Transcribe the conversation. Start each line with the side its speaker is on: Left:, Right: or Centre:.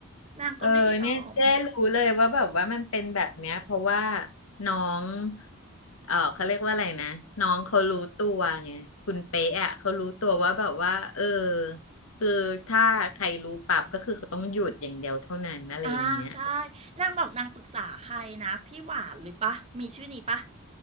Right: นางก็ไม่ยอม
Left: เออเนี่ยเจ๊รู้เลยว่าแบบว่ามันเป็นแบบเนี้ยเพราะว่าน้อง เออเขาเรียกว่าอะไรนะน้องเขารู้ตัวไงคุณเป๊ะอ่ะเขารู้ตัวว่าแบบว่าเออคือถ้าใครรู้ปรับก็คือเขาต้องหยุดอย่างเดียวเท่านั้นอะไรอย่างเงี้ย
Right: อ่าใช่นางบอกนางปรึกษาใครนะพี่หวานหรือปะมีชื่อนี้ปะ